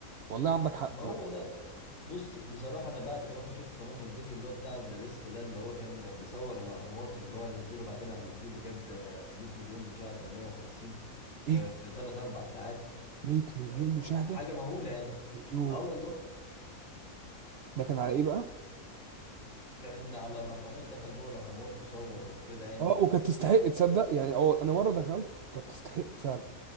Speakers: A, on the right; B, on the left.
A: والله عندك حق
B: ما هو
A: من.
B: ده بص بصراحه انا بعد كمان ما شفت كمان الفيديو اللي هو بتاع ذا بيست ده اللي هو كان بيصور الاهرامات اللي هو نزله بعدين على اليوتيوب وجاب آه، 100 مليون مشاهده و150 في
A: ايه
B: في 3 4 ساعات
A: 100 مليون
B: آه،
A: مشاهده
B: حاجه مهوله يعني
A: يوه
B: اه والله
A: ده كان على ايه بقى
B: كان على الاهرامات دخل جوه الاهرامات وصور وكده يعني
A: اه
B: و-
A: وكانت تستحق تصدق يعني اه انا مره دخلت وكانت تستحق فعلا